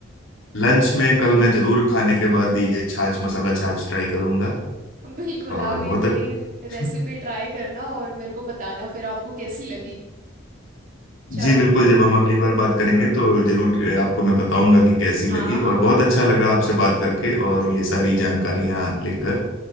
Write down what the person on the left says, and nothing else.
लंच में कल मैं जरूर खाने के बाद ये छाछ मसाला छाछ ट्राई करूंगा
और
बहुत
अच्छ- <laughs>
जी बिल्कुल जब हम अगली बार बात करेंगे तो जरूर अ, आपको मैं बताऊंगा कि कैसी
लगी और
बहुत अच्छा लगा आपसे बात करके और ये सारी जानकारियां लेकर